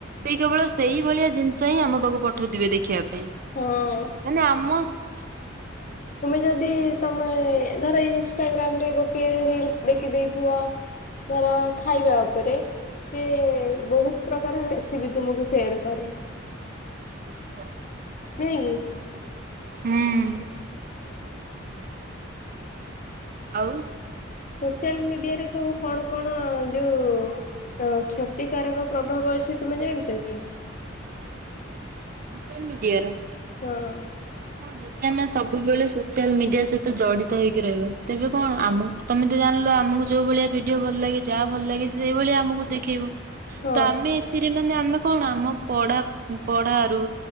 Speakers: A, on the right; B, on the left.
A: ସେଇ କେବଳ ସେଇଭଳିଆ ଜିନିଷ ହିଁ ଆମ ପାଖକୁ ପଠେଇଥିବେ ଦେଖିବା ପାଇଁ।
B: ହଁ।
A: ମାନେ ଆମ <inaudible>
B: ତୁମେ ଯଦି ତମେ ଧର ଇନଷ୍ଟାଗ୍ରାମ୍ ରେ ଗୋଟିଏ ରିଲସ୍ ଦେଖି ଦେଇଥିବ। ଧର ଖାଇବା ଓପୋରେ ସିଏ ବୋହୁତ ପ୍ରକାର ରେସିପି ତୁମକୁ ସେୟାର କରେ।
A: <unintelligible>
B: ନୁହେଁ କି।
A: ହୁଁ। ଆଉ
B: ସୋସିଆଲ ମିଡିଆରେ ସବୁ କଣ କଣ ଯୋଉ ଅଁ କ୍ଷତିକାରକ ପ୍ରଭାବ ଅଛି ତୁମେ ଜାଣିଛ କି?
A: ସୋସିଆଲ ମିଡିଆର
B: ହଁ।
A: ହଁ ଯଦି ଆମେ ସବୁବେଳେ ସୋସିଆଲ ମିଡିଆ ସହିତ ଜଡିତ ହେଇକି ରହିବା ତେବେ କଣ ଆମୁକୁ ତମେ ତ ଜାଣିଲ ଆମୁକୁ ଯୋଉ ଭଳିଆ ଭିଡିଓ ଭଲ ଲାଗେ ଯାହା ଭଲ ଲାଗେ ସେଇଭଳିଆ ଆମୁକୁ ଦେଖେଇବ।
B: ହଁ
A: ତ ଆମେ ଥିରେ ମାନେ ଆମେ କଣ ଆମ ପଢା ପଢାରୁ